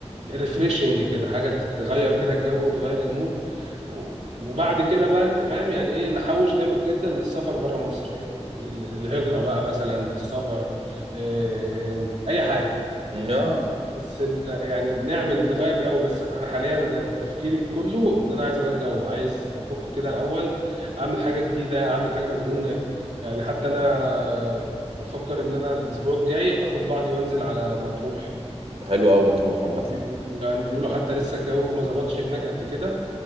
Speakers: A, on the right; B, on the right.
A: ريفريشنج كده حاجه تغير كده الجو وتغير المود و- وبعد كده بقى انت فاهم يعني ايه نحوش جامد جدا للسفر بره مصر يعني لل- للهجره بقى مثلا للسفر آه، اي حاجه
B: اه
A: بس انت يعني نعمل نغير جو بس يعني انا حاليا انا تفكيري كله ان انا عايز اغير جو عايز افك كده الاول اعمل حاجه جديده اعمل حاجه مجنونه يعني حتى انا بفكر ان انا الاسبوع الجاي اخد بعضي وانزل على مطروح
B: حلو قوي مطروح عامه
A: بي- يعني بيقولوا حتى لسه الجو ما ظبطش هناك قد كده